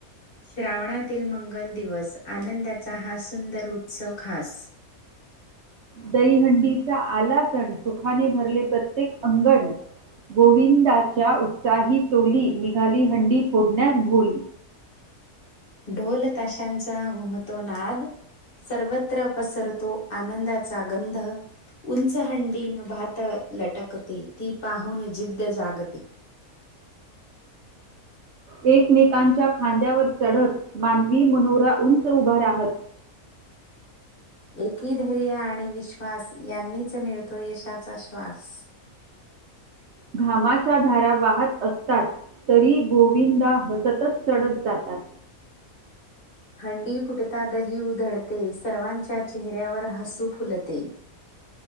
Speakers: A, on the left (about 40°); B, on the right (about 60°).
A: श्रावणातील मंगल दिवस, आनंदाचा हा सुंदर उत्सव खास.
B: दहीहंडीचा आला सण, सुखाने भरले प्रत्येक अंगण. गोविंदाच्या उत्साही टोली, निघाली हंडी फोडण्यास भोली.
A: ढोल ताशांचा घुमतो नाद सर्वत्र पसरतो आनंदाचा गंध उंच हंडी नभात लटकते, ती पाहून जिद्द जागते.
B: एकमेकांच्या खांद्यावर चढत, मानवी मनोरा उंच उभा राहत.
A: एकी धैर्य आणि विश्वास, यांनीच मिळतो यशाचा श्वास.
B: घामाच्या धारा वाहत असतात तरी गोविंदा हसतच चढत जातात.
A: हंडी फुटता दही उधळते, सर्वांच्या चेहऱ्यावर हसू फुलते.